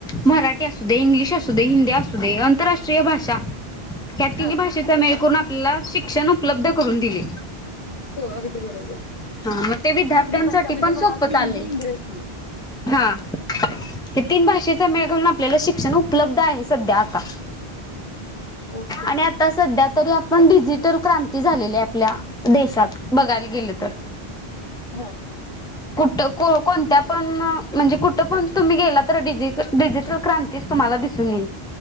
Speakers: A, in the centre; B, on the left.
A: मराठी असू दे इंग्लिश असू दे हिंदी असू दे आंतरराष्ट्रीय भाषा. ह्या तिन्ही
B: हा
A: भाषेचा मेळ करून आपल्याला शिक्षण उपलब्ध करून दिले.
B: हो अगदी बरोबर.
A: हा मग ते विद्यार्थ्यांसाठी
B: विविध भाषा म्हणजे
A: पण
B: मराठी
A: सोपं चाललंय.
B: हिंदी इंग्रजी.
A: हा. हे तीन भाषेचा मेळ करून आपल्याला शिक्षण उपलब्ध आहे सध्या आता.
B: ओके
A: आणि आता सध्या तरी आप, पण डिजिटल क्रांती झालेली आपल्या देशात बघायला गेले तर.
B: हा.
A: कुठ कोणत्या पण म्हणजे कुठं पण तुम्ही गेला तर डिजि डिजिटल क्रांतीच तुम्हाला. दिसून येईल.